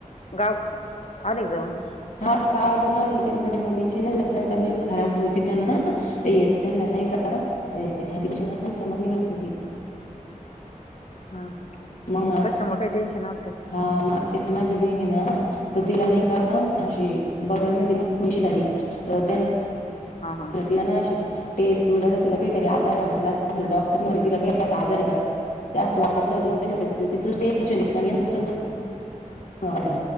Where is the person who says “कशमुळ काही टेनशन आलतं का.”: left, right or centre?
Left